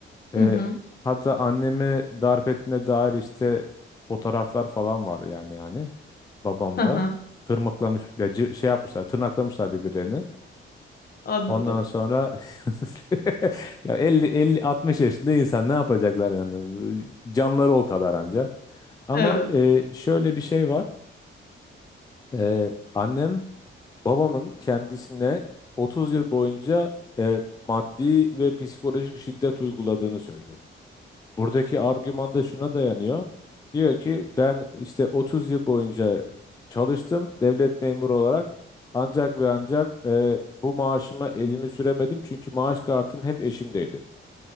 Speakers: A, on the left (about 20°); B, on the left (about 50°).
A: E,
B: Hı hı.
A: hatta annemi darp ettiğine dair işte fotoğraflar falan var yani yani babamda.
B: Hı hı.
A: Tırmıklamış ya cı- şey yapmışlar tırnaklamışlar birbirlerini.
B: Anladım.
A: Ondan sonra <laughs> ya elli 50 60 yaşında insan ne yapacaklar yani canları o kadar anca. Ama
B: Evet.
A: e, şöyle bir şey var. E, annem Babamın kendisine 30 yıl boyunca e, maddi ve psikolojik şiddet uyguladığını söylüyor. Buradaki argüman da şuna dayanıyor. Diyor ki ben işte 30 yıl boyunca çalıştım devlet memuru olarak ancak ve ancak e, bu maaşıma elimi süremedim çünkü maaş kartım hep eşimdeydi.